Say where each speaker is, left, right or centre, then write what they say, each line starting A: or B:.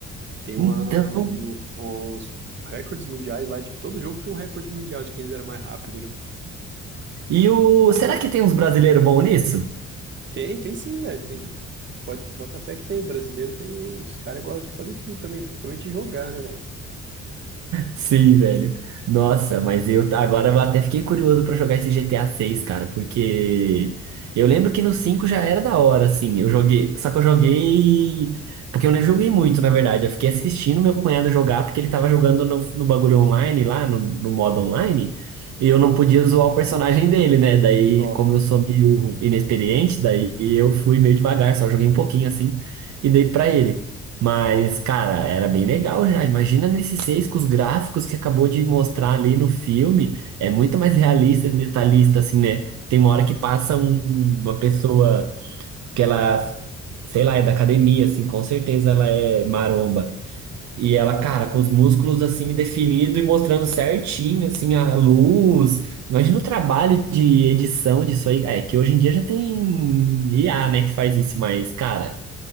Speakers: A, on the right; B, on the right.
A: E tem uma,
B: Então,
A: um- uns recordes mundiais lá, de que todo jogo tem um recorde mundial de quem zera mais rápido, né?
B: e o será que tem uns brasileiros bons nisso?
A: Tem, tem sim, velho. Tem, Pode, bota fé que tem, brasileiro tem, os caras gostam de fazer tudo também, né? principalmente jogar, né, velho?
B: Sim, velho. Nossa, mas eu tá- agora eu até fiquei curioso pra jogar esse GTA 6, cara, porque eu lembro que no 5 já era da hora, assim. Eu joguei, só que eu joguei porque eu nem joguei muito, na verdade. Eu fiquei assistindo meu cunhado jogar porque ele tava jogando no, no bagulho online lá, no, no modo online, e eu não podia zoar o personagem dele, né? Daí,
A: Ó,
B: como eu sou meio inexperiente, daí eu fui meio devagar, só joguei um pouquinho assim e dei pra ele. Mas, cara, era bem legal já. Imagina nesses seis com os gráficos que acabou de mostrar ali no filme. É muito mais realista e detalhista, assim, né? Tem uma hora que passa um- uma pessoa que ela, sei lá, é da academia, assim, com certeza ela é maromba. E ela, cara, com os músculos, assim, definido e mostrando certinho, assim, a luz. Imagina o trabalho de edição disso aí. É que hoje em dia já tem IA, né, que faz isso, mas, cara.